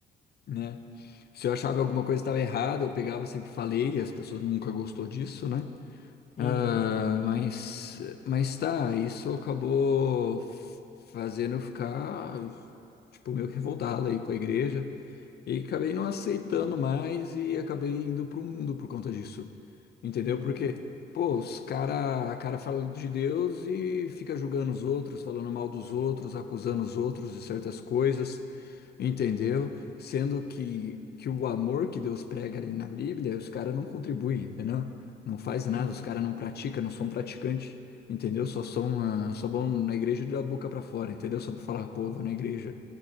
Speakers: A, on the left (about 55°); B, on the left (about 35°).
A: né? Se eu achava alguma coisa estava errada, eu pegava, sempre falei, e as pessoas nunca gostou disso, né?
B: Uhum.
A: Ah, mas, mas tá, isso acabou f- fazendo eu ficar, tipo, meio que revoltado aí com a igreja. E acabei não aceitando mais e acabei indo pro mundo por conta disso. Entendeu?
B: Uhum.
A: Porque, pô, os cara, a cara fala de Deus e fica julgando os outros, falando mal dos outros, acusando os outros de certas coisas, entendeu? Sendo que, que o amor que Deus prega ali na Bíblia, os caras não contribuem, entendeu? Não faz nada,
B: Uhum.
A: os caras não praticam, não são praticantes, entendeu? Só são, ah, só vão na igreja da boca pra fora, entendeu? Só pra falar, pô, vou na igreja.